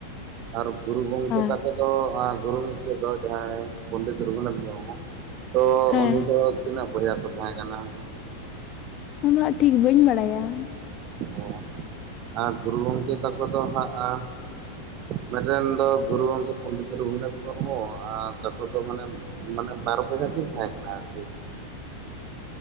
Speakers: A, on the right; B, on the left.
A: ᱟᱨ ᱜᱩᱨᱩ ᱜᱚᱝᱠᱮ
B: ᱟᱨ
A: ᱛᱟᱠᱚ ᱫᱚ ᱟᱨ ᱜᱩᱨᱩ ᱜᱚᱢᱠᱮ ᱫᱚ ᱡᱟᱦᱟᱸᱭ ᱯᱚᱸᱱᱰᱤᱛ ᱨᱟᱹᱜᱷᱩᱱᱟᱛᱷ ᱢᱩᱨᱢᱩ ᱛᱚ
B: ᱦᱮᱸ
A: ᱩᱱᱤ ᱫᱚ ᱛᱤᱱᱟᱹᱜ ᱵᱚᱭᱦᱟ ᱠᱚ ᱛᱟᱦᱮ ᱛᱟᱦᱮᱸ ᱠᱟᱱᱟ?
B: ᱩᱱᱟᱹᱜ ᱴᱷᱤᱠ ᱵᱟᱹᱧ ᱵᱟᱲᱟᱭᱟ᱾
A: ᱚ, ᱟᱨ ᱜᱩᱨᱩ ᱜᱚᱢᱠᱮ ᱛᱟᱠᱚ ᱫᱚ ᱦᱟᱸᱜᱼᱟ, ᱢᱤᱫᱴᱮᱱ ᱫᱚ ᱜᱩᱨᱩ ᱜᱚᱝᱠᱮ ᱯᱚᱱᱰᱤᱛ ᱨᱚᱜᱷᱩᱱᱟᱛᱷ ᱢᱩᱨᱢᱩ ᱟᱨ ᱛᱟᱯᱳᱨ ᱫᱚ ᱢᱟᱱᱮ ᱢᱟᱱᱮ ᱵᱟᱨ ᱵᱚᱭᱦᱟ ᱠᱤᱱ ᱛᱟᱦᱮᱸ ᱠᱟᱱᱟ ᱟᱨᱠᱤ᱾